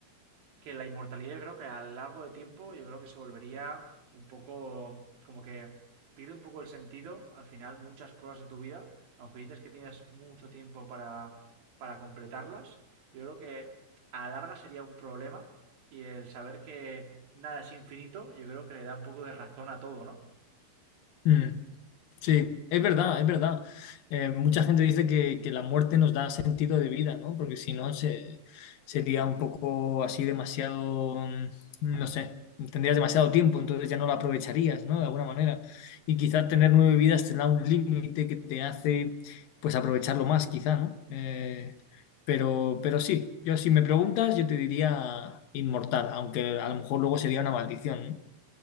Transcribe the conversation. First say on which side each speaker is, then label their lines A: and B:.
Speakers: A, on the right (about 75°); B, on the left (about 75°).
A: que la inmortalidad yo creo que a lo largo de tiempo yo creo que se volvería un poco como que pierde un poco el sentido al final muchas cosas de tu vida, aunque dices que tienes mucho tiempo para, para completarlas, yo creo que a la larga sería un problema y el saber que nada es infinito yo creo que le da un poco de razón a todo, ¿no?
B: mm. Sí, es verdad, es verdad. Eh, mucha gente dice que, que la muerte nos da sentido de vida, ¿no? Porque si no, se- sería un poco así demasiado, mm, no sé, tendrías demasiado tiempo, entonces ya no lo aprovecharías, ¿no? De alguna manera. Y quizá tener nueve vidas te da un límite que te hace, pues, aprovecharlo más, quizá, ¿no? Eh, pero, pero sí, yo si me preguntas, yo te diría inmortal, aunque a lo mejor luego sería una maldición, ¿no?